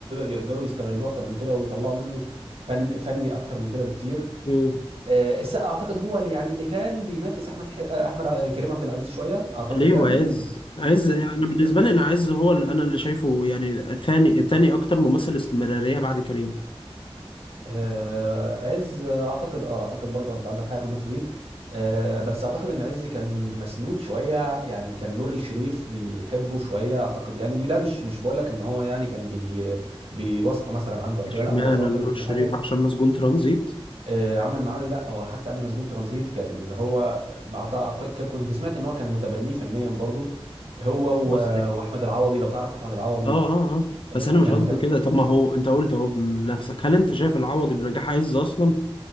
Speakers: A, on the right; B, on the left.
A: يقدروا يستغلوه اكتر من كده ويطلعوا منه فن فني اكتر من كده بكتير
B: مم.
A: آه، السقا اعتقد هو اللي يعني اللي كان بينافس احمد ح... آه، احمد ع- كريم عبد العزيز شويه اعتقد
B: ليه
A: يعني
B: وعز عز يعني بالنسبة لي أنا عز هو اللي أنا اللي شايفه يعني ثاني تاني أكتر ممثل استمرارية بعد كريم
A: وعز اعتقد اه اعتقد برضه انت عندك حاجه في النقطه دي آه، بس اعتقد ان عز كان مسنود شويه يعني كان نور الشريف بيحبه شويه اعتقد يعني ده مش مش بقول لك ان هو يعني كان بي بيواسطه مثلا عنده او
B: اشمعنى
A: كده لا هو شاطر
B: نور
A: وكل
B: الشريف
A: حاجه
B: عشان مسجون ترانزيت
A: آه، عمل معاه لا هو حتى قبل مسجون ترانزيت كان اللي هو مع طه- ك- كنت سمعت ان هو كان متبنيه فنيا برضو هو
B: مش قصدي
A: و- واحمد العوضي لو تعرف احمد العوضي
B: اه اه اه
A: آه،
B: بس أنا
A: كان
B: مش قصدي
A: متبني
B: كده طب ما هو أنت قلت أهو بنفسك هل أنت شايف العوضي بنجاح عز أصلا؟